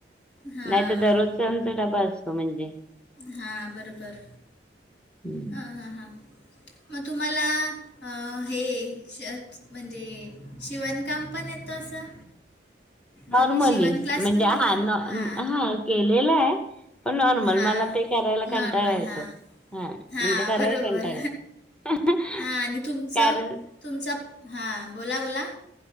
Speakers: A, on the left; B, in the centre.
A: हां
B: नाही तर दररोज त्यांचा डब्बा असतो म्हणजे.
A: हा बरोबर
B: हम्म
A: हा हा हा. मग तुम्हाला हे श म्हणजे शिवणकाम पण येतो असं?
B: नॉर्मल
A: तुम्ही शिवण
B: आहे.
A: क्लास पण केलात
B: हा न
A: हां
B: हा केलेलं आहे. पण नॉर्मल
A: हां
B: मला ते करायला कंटाळा
A: नॉर्मल
B: येतो.
A: हां
B: हा
A: हां
B: म्हणजे करायला
A: बरोबर
B: कंटाळा येतो
A: हां आणि तुमचं
B: कारण
A: तुमचा हा बोला बोला.